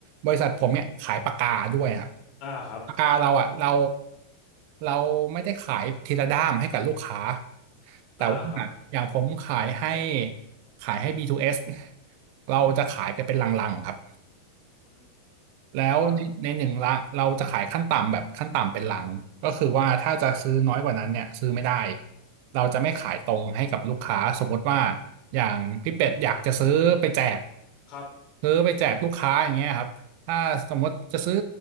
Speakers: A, on the right; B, on the left.
A: บริษัทผมเนี่ยขายปากกาด้วยครับ
B: อ่าครับ
A: ปากกาเราอ่ะเราเราไม่ได้ขายทีละด้ามให้กับลูกค้าแต่ว่า
B: อ่าครับ
A: อย่างผมขายให้ขายให้ B2S เอสเราจะขายกันเป็นลังๆครับ
B: อืม
A: แล้วในหนึ่งละเราจะขายขั้นต่ำแบบขั้นต่ำเป็นหลังก็คือว่าถ้าจะซื้อน้อยกว่านั้นเนี่ยซื้อไม่ได้
B: ครับ
A: เราจะไม่ขายตรงให้กับลูกค้าสมมติว่า
B: อืม
A: อย่างพี่เป็ดอยากจะซื้อไปแจก
B: ครับ
A: ซื้อไปแจกลูกค้าอย่างเงี้ยครับ ถ้าสมมติจะซื้อ